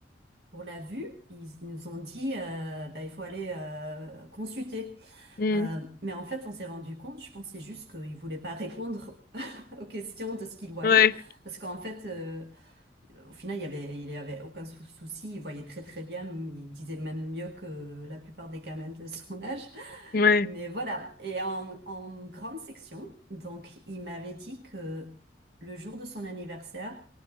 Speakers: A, on the right; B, on the left.
A: pour la vue, ils nous ont dit euh, bah, il faut aller euh, consulter.
B: Hmm.
A: Euh, mais en fait, on s'est rendu compte, je pensais juste qu'ils voulaient pas répondre <laughs> aux questions de ce qu'ils voyaient,
B: Ouais,
A: parce qu'en fait. euh, Au final, il y avait, il y avait aucun sou- souci, il voyait très très bien, il disait même mieux que la plupart des gamins de son âge.
B: ouais.
A: Mais voilà. Et en, en grande section, donc il m'avait dit que le jour de son anniversaire,